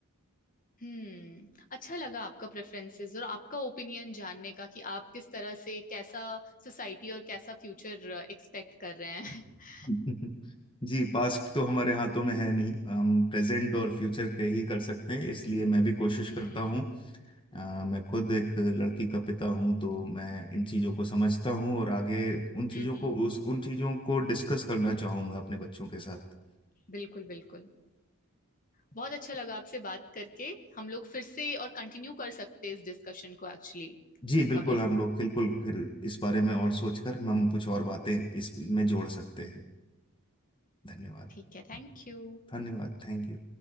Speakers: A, on the left (about 40°); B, on the left (about 25°).
A: हम्म अच्छा लगा आपका प्रेफरेंसेस और आपका ओपिनियन जानने का कि आप किस तरह से कैसा सोसाइटी और कैसा फ्यूचर एक्सपेक्ट कर रहे हैं <laughs>
B: <laughs> जी पास्ट तो हमारे हाथों में है नहीं हम प्रेजेंट और फ्यूचर के ही कर सकते हैं इसलिए मैं भी कोशिश
A: हम्म
B: करता हूँ अ, मैं खुद एक लड़की का पिता हूं तो मैं इन चीज़ों को समझता हूं और आगे उन चीज़ों
A: हम्म हम्म,
B: को उस उन चीज़ों को डिस्कस करना चाहूंगा अपने बच्चों के साथ
A: बिल्कुल बिल्कुल बहुत अच्छा लगा आपसे बात करके हम लोग फिर से और कंटिन्यू कर सकते हैं इस डिस्कशन को एक्चुअली
B: जी बिल्कुल
A: कभी
B: हम लोग बिल्कुल फिर इस बारे में और सोचकर हम कुछ और बातें इसमें जोड़ सकते हैं धन्यवाद
A: ठीक है Thank you
B: धन्यवाद थैंक यू